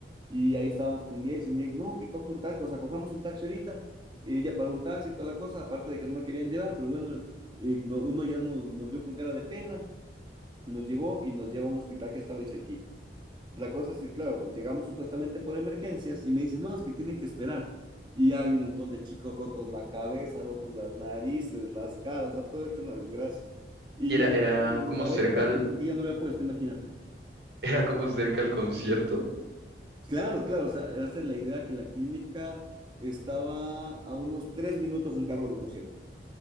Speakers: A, on the right (about 25°); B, on the right (about 70°).
A: y ahí estábamos con mi ex y mi ex, no, que coja un taxi, o sea, cojamos un taxi ahorita. Y ella para un taxi y toda la cosa, aparte de que no me querían llevar, pero bueno, eh, no- uno ya nos, nos vio con cara de pena, nos llevó y nos llevó a un hospital que estaba ahí cerquita. La cosa es que, claro, pues llegamos supuestamente por emergencias y me dicen, no, es que tienen que esperar. Y hay un montón de chicos rotos la cabeza, rotos las narices, las caras, o sea, todo hecho una desgracia. Y
B: Y era,
A: yo
B: era
A: pues, en
B: como
A: la
B: cerca
A: vereda,
B: al,
A: pues porque ya no había puesto, imagínate.
B: <laughs> era como cerca al concierto.
A: Claro, claro, o sea, esa es la idea que la clínica estaba a unos tres minutos en carro del concierto.